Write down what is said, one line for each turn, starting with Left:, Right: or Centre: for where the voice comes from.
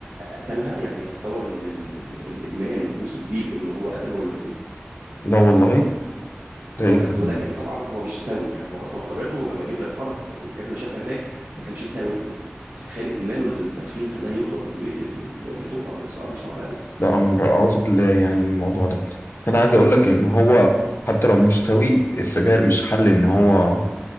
Right: قتلها يعني تصور ان ال- ال- الادمان وصل بيه لانه هو قتل والدته
Left: لا والله ده
Right: اه
Left: إيه
Right: بس
Left: الأهمية؟
Right: هو ده كان طبعا هو مش سوي يعني هو اصلا بطبيعته لما جه من الحرب من الحاجات اللي شافها هناك ما كانش سوي قوي فتخيل ادمانه للتدخين خلاه يوصل انه يقتل والدته امر صعب امر صعب قوي
Left: ده أمر أعوذ بالله يعني من الموضوع ده بس أنا عايز أقول لك إن هو حتى لو مش سوي السجاير مش حل إن هو